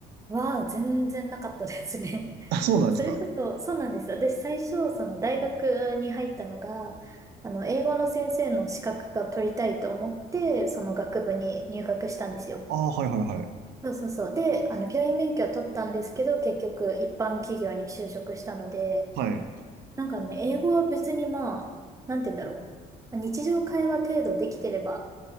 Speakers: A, on the right; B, on the right.
A: は全然なかったですね。
B: あ、そうなんですか。
A: <laughs> それこそ、そうなんです私最初、その大学に入ったのが、あの、英語の先生の資格が取りたいと思って、その学部に入学したんですよ。
B: ああ、はいはいはい。
A: そうそうそう。で、あの、教員免許は取ったんですけど、結局一般企業に就職したので、
B: はい。
A: なんかね、英語は別にまあ、なんて言うんだろう。日常会話程度できてれば、